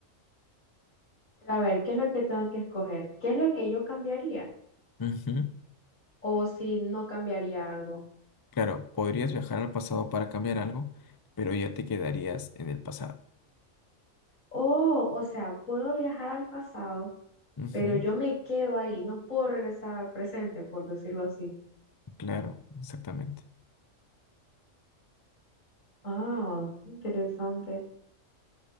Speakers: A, on the left (about 85°); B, on the left (about 25°).
A: Pero a ver, ¿qué es lo que tengo que escoger? ¿Qué es lo que yo cambiaría?
B: Ujú.
A: O si no cambiaría algo.
B: Claro, podrías viajar al pasado para cambiar algo, pero ya te quedarías en el pasado.
A: Oh, o sea, puedo viajar al pasado,
B: Ujú.
A: pero yo me quedo ahí, no puedo regresar al presente, por decirlo así.
B: Claro, exactamente.
A: Ah, interesante.